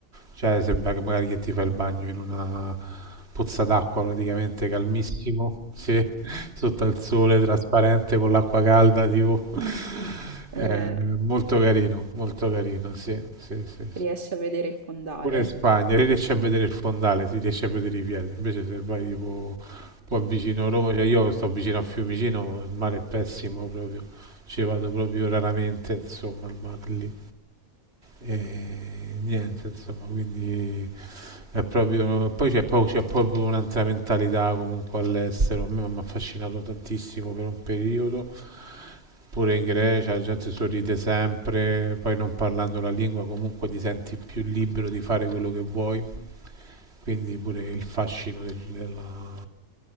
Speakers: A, on the right (about 65°); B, on the right (about 45°).
A: cioè sembra che magari che ti fai il bagno in una pozza d'acqua praticamente calmissimo, sì, <laughs> sotto al sole, trasparente, con l'acqua calda tipo. <laughs>
B: È
A: Eh,
B: vero.
A: molto carino, molto carino, sì, sì, sì.
B: Riesci a vedere il fondale.
A: Pure in Spagna si riesce a vedere il fondale, si riesce a vedere i piedi. Invece se vai tipo qua vicino a Roma, cioè io sto vicino a Fiumicino, il mare è pessimo proprio. Ci vado proprio raramente, insomma, al mare lì. E niente, insomma, quindi è proprio. Poi c'è, poi c'è proprio un'altra mentalità comunque all'estero. A me mi ha affascinato tantissimo per un periodo. Pure in Grecia la gente sorride sempre, poi non parlando la lingua comunque ti senti più libero di fare quello che vuoi quindi pure il fascino del- della,